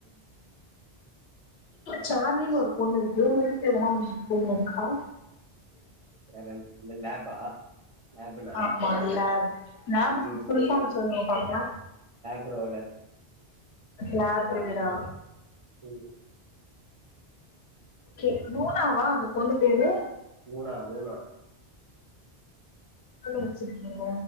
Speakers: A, on the right; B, on the left.
A: ஆ.
B: சாம்லின்னு ஒரு பொண்ணு இருக்கு உங்க வீட்ல எதனா பொண்ணு இருக்கா
A: வேற இந்த லேபா? லேப் நாயா?
B: ஆமா எல்லாருக்கு லேபுக்கு
A: எங்க
B: ஃபுல் ஃபாம் சொல்லுங்க பாக்கலா
A: ப்ரோனர்
B: லேபு ப்ரீட்டா
A: என்னது
B: கே லூனாவா அந்த பொண்ணு பேரு
A: லூனா லூனா.
B: லூனான்னு வெச்சிருக்கீங்க